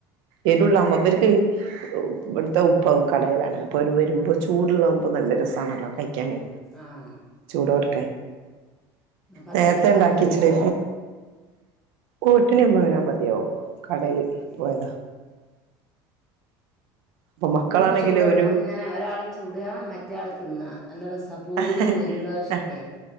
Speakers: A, on the right; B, in the centre.
A: എരുള്ളാവ്മ്പം ഇവര്ക്ക് ഇവടുത്തെ ഉപ്പ കടേലാണ് അപ്പൊ അവര് വരുമ്പോ ചൂട്ള്ളാവുമ്പോ നല്ല രസാണല്ലോ കയ്ക്കാനേ
B: ആഹ്
A: ചൂടോട്ക്കെ.
B: പത്തണിയൊക്കെ
A: നേരത്തേണ്ടാക്കിച്ച്ലെ
B: ആവുമ്പോ വരേക്കും
A: ഓ എട്ടണ്യാവുമ്പ വരാൻ മത്യാവൂ കടേല്
B: ഏഹ്
A: പോയതാ. അപ്പൊ മക്കളാണെങ്കില്
B: പൂരി ചൂടോടെങ്ങനെ
A: ഒരു
B: ഒരാള് ചൂട്വാ മറ്റേ ആള് തിന്ന നല്ല രസാ പൂരി
A: ഹ ഹ
B: ഉഴുന്ന് ദോശൊക്കെ
A: ഹ.